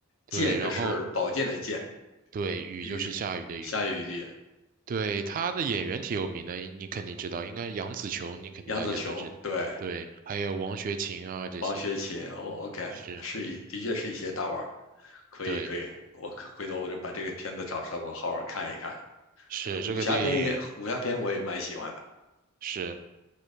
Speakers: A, on the right; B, on the left.
A: 对，
B: 剑就是宝剑的剑，
A: 然后对雨就是下雨的雨。
B: 雨，下雨的雨
A: 对，他的演员挺有名的，你肯定知道，应该杨紫琼，你肯定大家都知道。
B: 杨紫琼，对，
A: 对，还有王学勤啊这些，
B: 王学勤。哦，OK，
A: 是，
B: 是一，的确是一些大腕儿，可以可以，
A: 对，
B: 我可回头我就把这个片子找出来，我好好看一看。
A: 是这个电影
B: 呃武侠片也，武侠片我也蛮喜欢的。
A: 是。